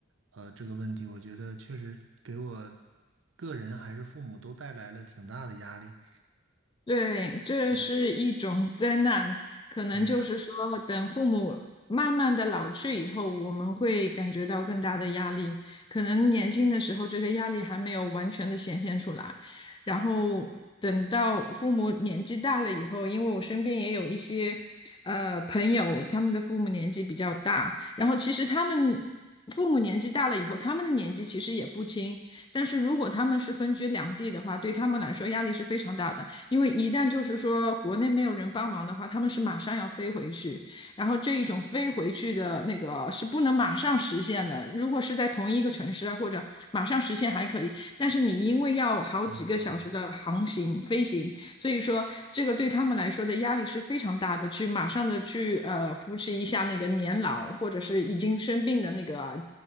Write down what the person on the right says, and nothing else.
呃，这个问题。我觉得确实给我个人还是父母都带来了挺大的压力。
嗯，
对他，
嗯。